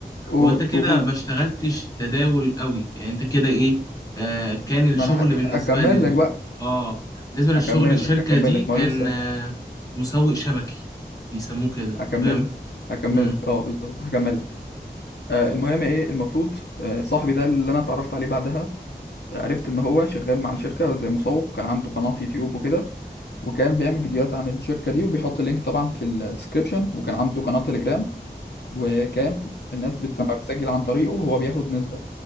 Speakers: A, on the left (about 80°); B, on the left (about 20°).
A: قول
B: وانت كده
A: قول
B: ما اشتغلتش تداول قوي يعني انت كده ايه آه كان الشغل
A: ما أنا هك-
B: بالنسبه
A: هكمل
B: لل
A: لك بقى
B: اه بالنسبه للشغل
A: هكمل
B: الشركه
A: لك هكمل
B: دي
A: لك ما
B: كان
A: هو لسه
B: آه مسوق شبكي بيسموه كده
A: هكمل
B: فاهم
A: لك هكمل
B: امم
A: لك اه بالظبط هكمل لك آه، المهم ايه المفروض آه، صاحبي ده اللي انا اتعرفت عليه بعدها آه، عرفت ان هو شغال مع الشركه زي مسوق كان عنده قناه يوتيوب وكده وكان بيعمل فيديوهات عن الشركة دي وبيحط اللينك طبعا في الديسكريبشن وكان عنده قناة تليجرام وكان الناس بت... لما بتسجل عن طريقه هو بياخد نسبة